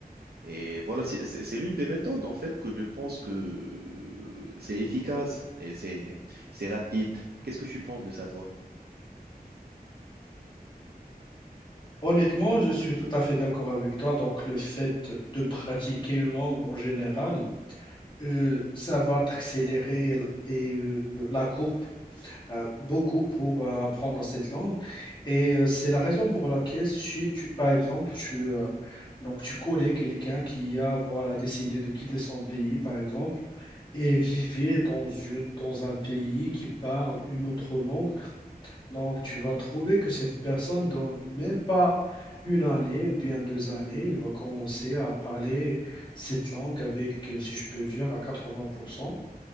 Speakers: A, on the right; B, on the left.
A: Et voilà, c'est c'est- c'est l'une des méthodes, en fait, que je pense que euh, c'est efficace et c'est c'est rapide. Qu'est-ce que tu penses de ça, toi?
B: Honnêtement, je suis tout à fait d'accord avec toi. Donc, le fait de pratiquer une langue en général, euh, ça va t'accélérer l- et euh, la courbe euh, beaucoup pour euh, apprendre cette langue. Et euh, c'est la raison pour laquelle, si tu, par exemple, tu, euh, donc tu connais quelqu'un qui a voilà, décidé de quitter son pays, par exemple, et vivait dans une, dans un pays qui parle une autre langue, donc, tu vas trouver que cette personne, dans même pas une année ou bien deux années, il va commencer à parler cette langue avec, euh, si je peux dire, à 80%.